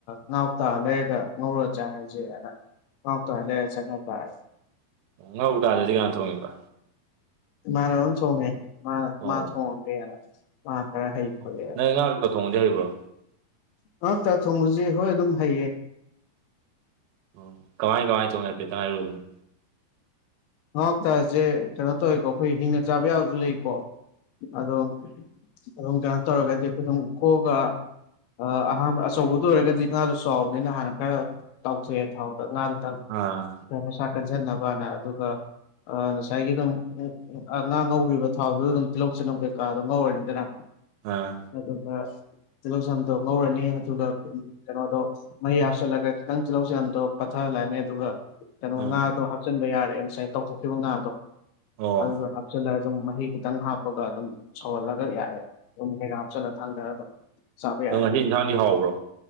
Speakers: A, on the left (about 75°); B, on the right (about 75°).
A: ꯉꯥ ꯀꯣꯛꯇ ꯂꯩꯔ ꯑꯗꯨꯝ ꯉꯧꯔ ꯆꯥꯔꯁꯦꯅ ꯉꯥ ꯀꯣꯛꯇ ꯆꯪꯉꯥ ꯆꯥꯔꯦ
B: ꯉꯥ ꯀꯣꯛꯇꯨꯗꯤ ꯀꯅꯥ ꯊꯣꯡꯉꯤꯕ
A: ꯏꯃꯥꯟꯅꯕꯅ ꯊꯣꯡꯉꯦ ꯃꯥꯅ
B: ꯑꯣ
A: ꯃꯥ ꯊꯣꯡꯒꯦꯅ ꯃꯥꯅ ꯈꯔ ꯍꯩ
B: ꯑꯣ.
A: ꯈꯣꯠꯂꯦꯅ
B: ꯅꯪ ꯉꯥ ꯀꯧꯇꯥ ꯊꯣꯡꯕꯗꯤ ꯍꯩꯕ꯭ꯔꯣ
A: ꯉꯥ ꯀꯣꯛꯇ ꯊꯣꯡꯕꯁꯦ ꯍꯣꯏ ꯑꯗꯨꯝ ꯍꯩꯌꯦ
B: ꯑꯣ ꯀꯃꯥꯏ ꯀꯃꯥꯏꯅ ꯊꯣꯡꯉꯤ ꯍꯥꯏꯐꯦꯠꯇꯡ ꯍꯥꯏꯔꯛꯎꯅꯦ
A: ꯉꯥ ꯀꯣꯛꯇꯥꯁꯦ ꯀꯩꯅꯣ ꯇꯧꯋꯦꯀꯣ ꯑꯩꯈꯣꯏ ꯍꯤꯡꯅ ꯆꯥꯕ ꯌꯥꯕꯁꯨ ꯂꯩꯀꯣ ꯑꯗꯣ ꯑꯗꯨꯝ ꯀꯩꯅꯣ ꯇꯧꯔꯒꯗꯤ ꯑꯩꯈꯣꯏ ꯑꯗꯨꯝ ꯒꯣꯛꯑꯒ ꯑꯥ ꯑꯍꯥꯟꯕ ꯑꯆꯧꯕꯗꯨ ꯑꯣꯏꯔꯒꯗꯤ ꯉꯥꯗꯣ ꯆꯥꯎꯕꯅꯤꯅ ꯍꯥꯟꯅ ꯈꯔ ꯇꯥꯎꯊꯣꯛꯑꯦ ꯊꯥꯎꯗ ꯉꯥꯗꯨꯗꯡ
B: ꯑꯥ
A: ꯃꯁꯥ ꯀꯟꯖꯟꯅꯕꯅ ꯑꯗꯨꯒ ꯑꯥ ꯉꯁꯥꯏꯒꯤ ꯑꯗꯨꯝ ꯉꯥ ꯉꯧꯈꯤꯕ ꯊꯥꯎꯗꯨꯗ ꯑꯗꯨꯝ ꯇꯤꯜꯍꯧ ꯆꯅꯝ ꯀꯩꯀꯥꯗꯣ ꯉꯧꯔꯅꯤꯗꯅ
B: ꯑꯥ
A: ꯑꯗꯨꯒ ꯇꯤꯜꯍꯧ ꯆꯅꯝꯗꯣ ꯉꯧꯔꯅꯤ ꯑꯗꯨꯒ ꯀꯩꯅꯣꯗꯣ ꯃꯍꯤ ꯍꯥꯞꯆꯤꯜꯂꯒ ꯈꯤꯇꯪ ꯇꯤꯜꯍꯧ ꯆꯅꯝꯗꯣ ꯄꯠꯊꯥꯍꯜꯂꯅꯤ ꯑꯗꯨꯒ ꯀꯩꯅꯣ
B: ꯑꯥ
A: ꯉꯥꯗꯣ ꯍꯥꯞꯆꯤꯟꯕ ꯌꯥꯔꯦ ꯉꯁꯥꯏ ꯇꯥꯎꯊꯣꯛꯈꯤꯕ ꯉꯥꯗꯣ
B: ꯑꯣ
A: ꯑꯗꯨꯒ ꯍꯥꯞꯆꯤꯜꯂꯒ ꯑꯗꯨꯝ ꯃꯍꯤ ꯈꯤꯇꯪ ꯍꯥꯞꯄꯒ ꯑꯗꯨꯝ ꯁꯧꯍꯜꯂꯒ ꯌꯥꯥꯔꯦ ꯑꯗꯨꯝ ꯀꯩꯀꯥ ꯍꯥꯞꯆꯜꯂ ꯊꯥꯡꯗ ꯑꯗꯨꯝ ꯆꯥꯕ
B: ꯑꯗꯣ
A: ꯌꯥꯔꯦ
B: ꯉꯁꯤ ꯏꯟꯁꯥꯡꯗꯤ ꯍꯥꯎꯕ꯭ꯔꯣ